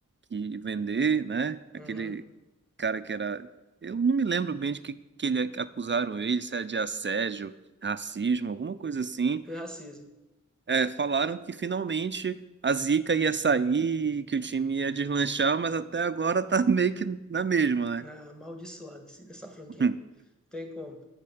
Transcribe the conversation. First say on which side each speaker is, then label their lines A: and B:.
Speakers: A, on the right; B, in the centre.
A: que vender, né? Aquele
B: Uhum.
A: cara que era. Eu não me lembro bem de que, que ele que acusaram ele, se era de assédio, racismo, alguma coisa assim.
B: Foi racismo.
A: É, falaram que finalmente a Zica ia sair, que o time ia deslanchar, mas até agora tá <laughs> meio que na mesma, né?
B: Ah, amaldiçoado esse- essa franquia.
A: <laughs>
B: Tem como.